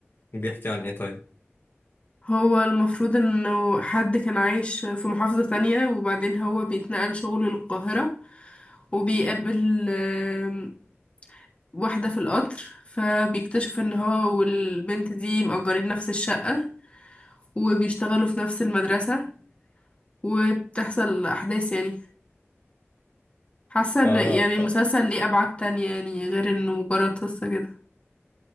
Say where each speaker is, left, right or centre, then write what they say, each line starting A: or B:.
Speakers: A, on the left; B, on the left.
A: بيحكي عن ايه طيب؟
B: هو المفروض انه حد كان عايش في محافظة تانية وبعدين هو بيتنقل شغل للقاهرة وبيقابل آم، واحدة في القطر فبيكتشف ان هو والبنت دي مأجرين نفس الشقة وبيشتغلوا في نفس المدرسة وبتحصل أحداث يعني حاسة
A: اه
B: ان يعني المسلسل ليه أبعاد تانية يعني غير انه مجرد قصة كده